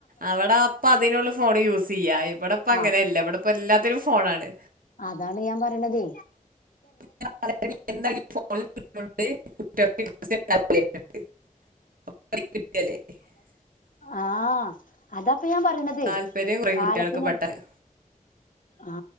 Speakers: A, on the right; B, on the left.
A: അവടെ അപ്പ അതിനുള്ളു ഫോണ് യൂസയ്യാ ഇവിടെപ്പ അങ്ങനെല്ല
B: ആഹ്
A: ഇവിടെപ്പ എല്ലാത്തിനും ഫോണാണ്.
B: അതാണ് ഞാൻ പറിണത്.
A: <unintelligible> <unintelligible>
B: ആ അത പ്പ ഞാൻ പറിണതേ
A: താല്പര്യം കുറയും
B: കാലത്തിനൻ
A: കുട്ടികൾക്ക് പെട്ടെന്ന്
B: ആ